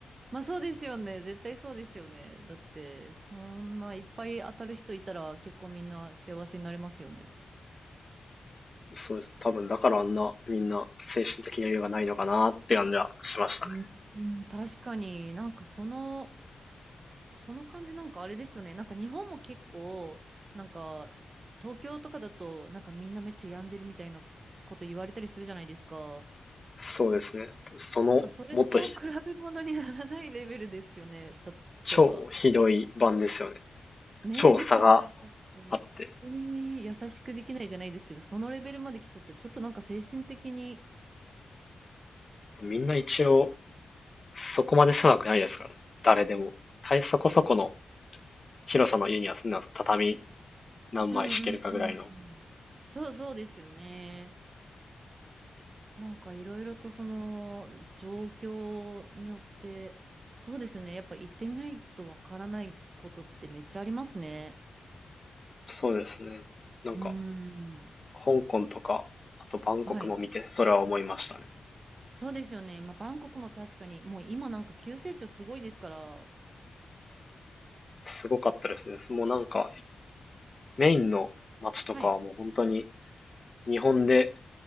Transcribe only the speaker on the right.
まあそうですよね。絶対そうですよね。だって、そんないっぱい当たる人いたら結構みんな幸せになれますよね。
うん、うん確かになんかそのその感じなんかあれですよね。なんか日本も結構、なんか東京とかだと、なんかみんなめっちゃ病んでるみたいなこと言われたりするじゃないですか。
なんかそれと比べ物にならないレベルですよね。
例えば。ねえ、
ですよね。なんかこう人に優しくできないじゃないですけど、
そのレベルまで来ちゃったら、ちょっとなんか精神的に。
うんうんうん。そうそうですよね。なんかいろいろとその状況によって、そうですね。やっぱ行ってみないとわからないことってめっちゃありますね。
うーん。
はい。
そうですよね。まあ、バンコクも確かに、もう今なんか急成長すごいですから。
はい。